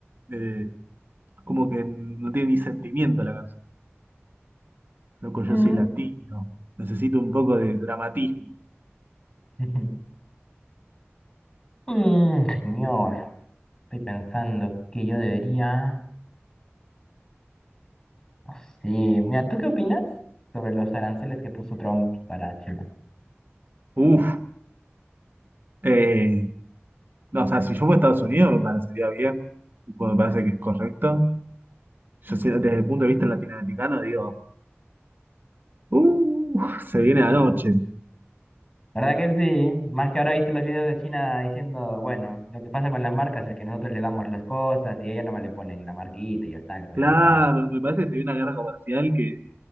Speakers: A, on the right; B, on the left.
A: Eh, como que no tiene ni sentimiento la canción. Loco, yo
B: Mm,
A: soy latino, necesito un poco de dramatismo.
B: <laughs> mm, señor, estoy pensando que yo debería... no sé, Mira, ¿tú qué opinas sobre los aranceles que puso Trump para China?
A: Uf, eh, No, o sea, si yo voy a Estados Unidos me parecería bien, tipo, me parece que es correcto. Yo sé, desde el punto de vista latinoamericano digo, uh, se viene la noche.
B: ¿Verdad que sí? Más que ahora viste los videos de China diciendo, bueno, lo que pasa con las marcas es que nosotros le damos las cosas y a ella nomás le ponen la marquita y ya está, le ponen
A: Claro,
B: más caro.
A: me parece que se viene una guerra comercial que